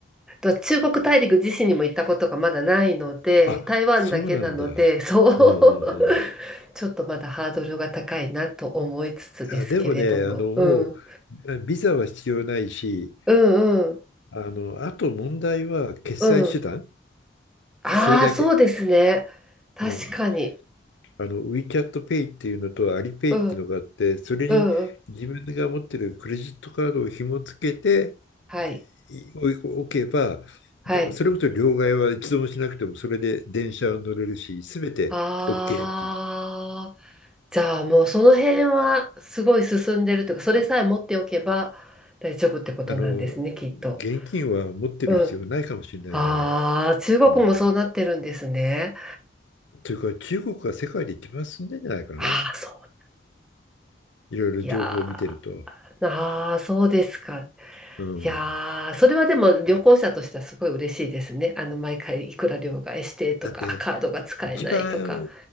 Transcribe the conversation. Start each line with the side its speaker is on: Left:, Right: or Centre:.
Centre: と中国大陸自身にも行ったことがまだないので、
Left: あ、
Centre: 台湾だけなので、
Left: そうなんだ。
Centre: そう、
Left: うんうんうん。
Centre: <laughs> ちょっとまだハードルが高いなと思いつつですけれども。
Left: あ、でもね、あの、
Centre: うん。
Left: もう、あビザは必要ないし、
Centre: うんうん
Left: あの、あと問題は決済手段
Centre: うん。ああ、
Left: それだけ。
Centre: そうですね。確かに。
Left: うん。あの、WeChatPay っていうのと Alipay
Centre: うん
Left: っていうのがあって、それに自分が持ってるクレジットカードを紐付けて
Centre: うんうん。はい。
Left: いおおけば、
Centre: はい。
Left: それこそ両替は一度もしなくても、それで電車を乗れるし、すべて
Centre: ああ、
Left: OK っていう。
Centre: じゃあもうその辺はすごい進んでるというか、それさえ持っておけば大丈夫ってことなんですね、
Left: あの、
Centre: きっと。
Left: 現金は持ってる必要ないかもしれないぐらい。
Centre: うん。ああ、中国もそうなってるんですね。
Left: うん。というか、中国が世界で一番進んでんじゃないかな。
Centre: ああ、そう。
Left: いろいろ情報を見てると。
Centre: いやー、ああ、そうですか。いやー、
Left: うん。
Centre: それはでも旅行者としてはすごい嬉しいですね。あの、毎回いくら両替してとか、
Left: だって、
Centre: カードが使えないとか。
Left: 一番